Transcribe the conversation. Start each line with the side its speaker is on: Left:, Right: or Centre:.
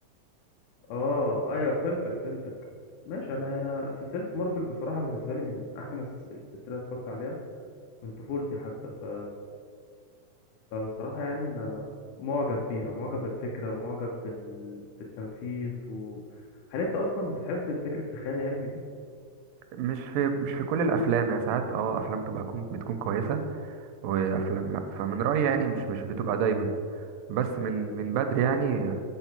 Left: اه ايوه فهمتك فهمتك ماشي انا انا سلسلة مارفل بصراحة بالنسبة لي من احسن الس- السلسلة اللي اتفرجت عليها من طفولتي حتى ف فبصراحة يعني أنا معجب بيها ومعجب بالفكرة ومعجب بال... بالتنفيذ و... هل أنت أصلا بتحب فكرة الخيال العلمي دي؟
Right: مش في مش في كل الافلام يا ساعات اه افلام تبقى كون بتكون كويسه وافلام لا فمن رايي يعني مش مش بتبقى دايما بس من من بدري يعني